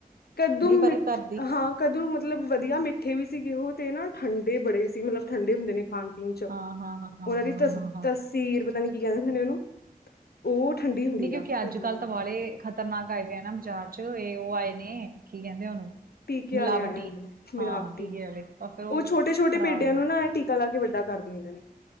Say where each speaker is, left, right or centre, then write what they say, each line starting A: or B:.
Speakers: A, on the left; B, on the right.
A: ਕਦੂ
B: ਨਹੀਂ ਪਰ
A: ਮਿੱਠ,
B: ਕਰਦੀ
A: ਹਾਂ ਕਦੂ ਮਤਲਬ ਵਧੀਆ ਮਿੱਠੇ ਵੀ ਸੀਗੇ ਉਹ। ਤੇ ਨਾ ਠੰਡੇ ਬੜੇ ਸੀ ਮਤਲਬ ਠੰਡੇ ਹੁੰਦੇ ਨੇ ਖਾਣ ਪੀਣ ਚ,
B: ਹਾਂ ਹਾਂ ਹਾਂ ਹਾਂ
A: ਉਹਨਾਂ ਦੀ
B: ਹਾਂ
A: ਤਸ
B: ਹਾਂ ਹਾਂ
A: ਤਸੀਰ ਪਤਾ ਨ ਕੀ ਕਹਿ ਦ ਹੁੰਦੇ ਉਹਨੂੰ, ਉਹ ਠੰਡੀ ਹੁੰਦੀ
B: ਨਹੀਂ ਕਿਉਂਕਿ
A: ਆ ਕੱਦੂਆਂ
B: ਅੱਜ ਕੱਲ੍ਹ
A: ਦੀ
B: ਤਾਂ ਵਾਲੇ ਖਤਰਨਾ ਗ ਆਏ ਪ ਨਾ ਬਾਜ਼ਾਰ ਚ ਇਹ ਉਹ ਆਏ ਨੇ, ਕੀ ਕਹਿੰਦੇ ਉਹਨੂੰ
A: ਟੀਕੇ
B: ਮਿਲਾਵਟੀ
A: ਵਾਲੇ ਆ ਜਾਂਦੇ ਨੇ ਮਿਲਾਵਟੀ,
B: ਹਾਂ ਟੀਕੇ ਵਾਲੇ ਤਾਂ ਫਿਰ
A: ਉਹ ਛੋਟੇ-ਛੋਟੇ
B: ਖ਼ਰਾਬ
A: ਪੇਡਿਆਂ
B: ਆ
A: ਨੂੰ ਨਾ ਟੀਕੇ ਕਲਾ ਕੀ ਵੱਡਾ ਕਰ ਦਿੰਦੇ ਹੈ।